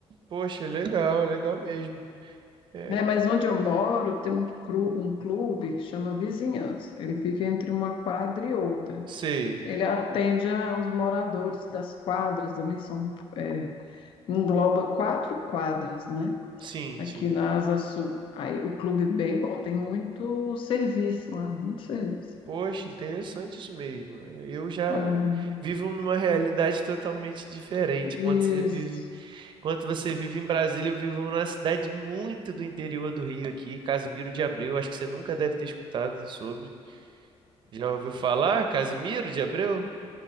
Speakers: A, on the right; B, on the left.
A: Poxa, legal, legal mesmo. É,
B: É, mas onde eu moro tem um, cru, um clube chama Vizinhança. Ele fica entre uma quadra e outra.
A: sei.
B: Ele atende aos moradores das quadras ali, são, é, engloba quatro quadras, né?
A: Sim,
B: Aqui
A: sim.
B: na Asa Sul. Aí o clube é bem bom, tem muito serviço lá, muito serviço.
A: Poxa, interessante isso mesmo. Eu já
B: Ah,
A: vivo numa realidade totalmente diferente.
B: isso.
A: Quando você vive, quando você vive em Brasília, eu vivo numa cidade muito do interior do Rio aqui, Casimiro de Abreu. Acho que você nunca deve ter escutado sobre. Já ouviu falar, Casimiro de Abreu?